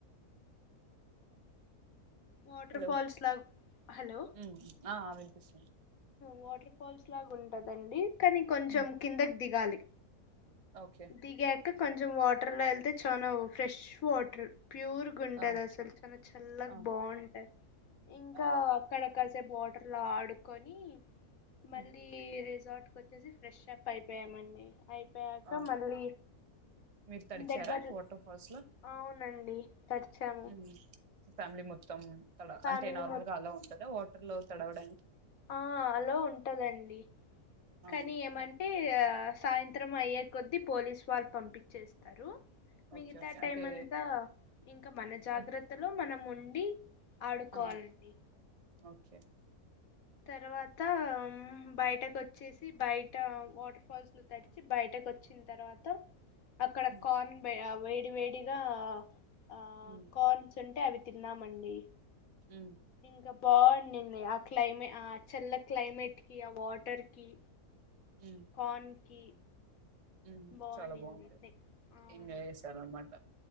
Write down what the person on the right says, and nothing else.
హలో
మ్ ఆ వినిపిస్తుంది.
హ్మ్.
ఓకే.
ఆ!
ఆ!
ఆ!
హ్మ్.
ఆ!
మీరు తడిచారా
వాటర్ ఫాల్స్ లో
ఉమ్ ఫ్యామిలీ మొత్తం తడ
అంటే నార్మల్గా
అలో ఉంటదా వాటర్ లో తడవడానికి
ఆ!
ఓకే.
ఓకే. ఓకే.
అంటే
వన్
ఆ! ఓకే
హ్మ్
హ్మ్
ఊమ్
ఉమ్
ఉమ్
చాలా బావుంటాయి
ఎంజాయ్ చేసారు అనమాట